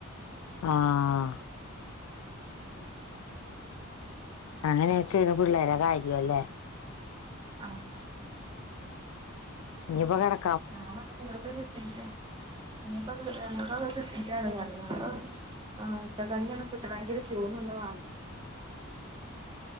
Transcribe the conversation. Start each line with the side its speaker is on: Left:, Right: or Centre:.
Left: ആഹ് അങ്ങനെയൊക്കെയന്ന് പിള്ളേരെ കാര്യല്ലേ
Right: അങ്ങന
Left: ഇനിപ്പോ കാണം
Right: സത്താർണ ഇവർക്ക് <unintelligible> ഇനിപ്പോ <unintelligible> <unintelligible> ആ ഉച്ചകഞ്ഞി എങ്കിലും കുട്ടണ ങ്കിൽ റ്റുവന്ന് വാങ്ങും